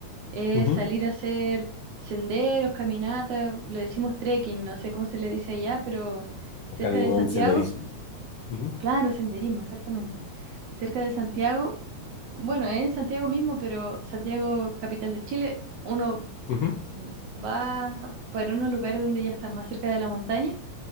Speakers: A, on the right; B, on the left.
A: es
B: Ujú.
A: salir a hacer senderos, caminatas, le decimos trekking, no sé cómo se le dice allá, pero cerca
B: Acá le
A: de
B: llaman
A: Santiago,
B: senderismo. Ujú,
A: claro, senderismo, exactamente. Cerca de Santiago bueno, es en Santiago mismo, pero Santiago, capital de Chile, uno
B: ujú.
A: mm, mm, va para unos lugares donde ya está más cerca de la montaña